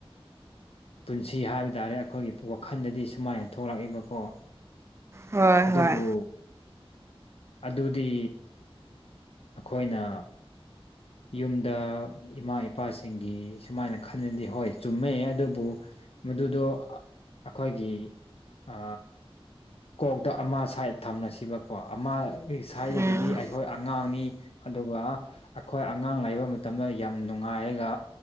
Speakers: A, on the left; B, on the right.
A: ꯄꯨꯟꯁꯤ ꯍꯥꯏꯕ ꯇꯥꯔꯦ ꯑꯩꯈꯣꯏꯒꯤ ꯋꯥꯈꯜꯗꯗꯤ ꯁꯨꯃꯥꯏꯅ ꯊꯣꯛꯂꯛꯏꯕꯀꯣ
B: ꯍꯣꯏ
A: ꯑꯗꯨꯕꯨ
B: ꯍꯣꯏ
A: ꯑꯗꯨꯗꯤ ꯑꯈꯣꯏꯅ ꯌꯨꯝꯗ ꯏꯃꯥ ꯏꯄꯥꯁꯤꯡꯒꯤ ꯁꯨꯃꯥꯏꯅ ꯈꯟꯂꯗꯤ ꯍꯣꯏ ꯆꯨꯝꯃꯦ ꯑꯗꯨꯕꯨ ꯃꯗꯨꯗꯣ ꯑꯩꯈꯣꯏꯒꯤ ꯑ ꯀꯣꯛꯇ ꯑꯃ ꯁꯥꯏꯠ ꯊꯝꯃꯁꯤꯕꯀꯣ ꯑꯃ ꯁꯥꯏꯗꯒꯤꯗꯤ
B: ꯎꯝ
A: ꯑꯩꯈꯣꯏ ꯑꯉꯥꯡꯅꯤ ꯑꯗꯨꯒ ꯑꯩꯈꯣꯏ ꯑꯉꯥꯡ ꯂꯩꯕ ꯃꯇꯝꯗ ꯌꯥꯝ ꯅꯨꯡꯉꯥꯏꯔꯒ